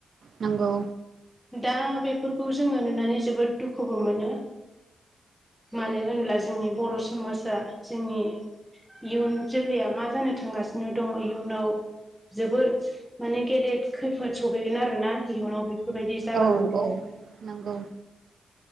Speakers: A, on the right (about 65°); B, in the centre.
A: नंगौ
B: दा बेफोरखौ जोङो नुनानै जोबोद दुखुबो मोनो मानो होनब्ला जोंनि बर' समाजा जोंनि इयुन जोलैया मा जानो थांगासिनो दङ इयुनाव जोबोर माने गेदेद खैफोद सफैगोन आरोना इयुनाव बे बेफोरबायदि जालाङोब्ला
A: औ औ नंगौ